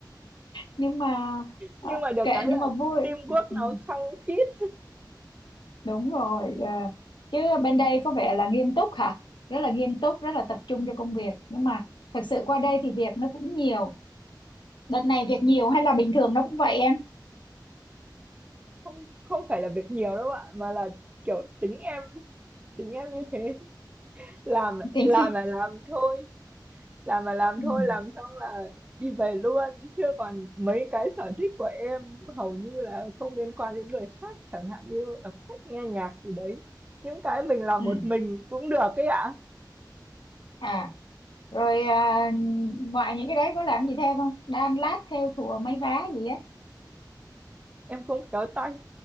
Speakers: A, on the left; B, on the right.
A: nhưng mà ờ,
B: nhưng mà được
A: kệ
B: cái là
A: nhưng mà vui
B: teamwork
A: ừ,
B: nó khăng khít
A: đúng rồi ờ, chứ bên đây có vẻ là nghiêm túc hả rất là nghiêm túc rất là tập trung cho công việc nhưng mà thật sự qua đây thì việc nó cũng nhiều đợt này việc nhiều hay là bình thường nó cũng vậy em
B: Không không phải là việc nhiều đâu bạn, mà là, kiểu, tính em tính em như thế. Làm
A: <laughs> tính
B: làm là làm thôi, làm là làm
A: ừ,
B: thôi, làm xong là đi về luôn, chứ còn mấy cái sở thích của em hầu như là không liên quan đến người khác, chẳng hạn như đọc sách, nghe nhạc gì đấy. Những cái mình làm
A: ừ.
B: một mình cũng được ấy ạ.
A: à rồi à, ngoài những cái đấy có làm gì thêm không đan lát thêu thùa mấy vá gì á
B: Em không khéo tay.